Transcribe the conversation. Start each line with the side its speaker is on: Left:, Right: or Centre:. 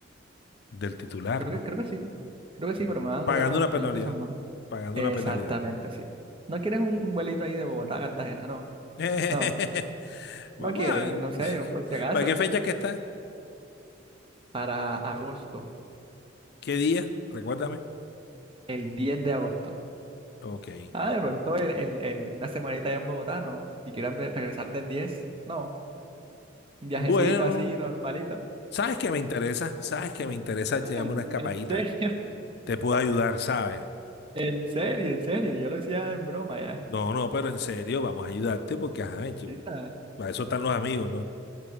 Left: del titular,
Right: Creo
Left: ¿no?
Right: que, creo que sí. Creo que sí, pero me van
Left: Pagando
Right: a cobrar como
Left: una
Right: veinte
Left: penalidad.
Right: mil pesos más.
Left: Pagando
Right: Exactamente,
Left: una penalidad.
Right: sí. ¿No quieres un un vuelito ahí de Bogotá a Cartagena? No.
Left: <laughs>
Right: No. No
Left: Vamos
Right: quieres.
Left: a ver.
Right: No sé,
Left: <laughs>
Right: yo por si acaso.
Left: ¿Para qué fecha que está?
Right: Para agosto.
Left: ¿Qué día? Recuérdame.
Right: El 10 de agosto.
Left: Ok.
Right: Ah, de pronto el, el, el- una semanita allá en Bogotá, ¿no? Si quieres ve- regresar del diez No. Un
Left: Bueno,
Right: viajecito así, normalito.
Left: ¿sabes qué me interesa? ¿Sabes qué me interesa? Echarme
Right: <laughs>
Left: una escapadita
Right: En serio,
Left: Te puedo ayudar, ¿sabes?
Right: en serio, en serio. Yo lo decía en broma ya.
Left: No, no, pero en serio, vamos a ayudarte porque, ajá, chivo,
Right: Sí, está.
Left: para eso están los amigos, ¿no?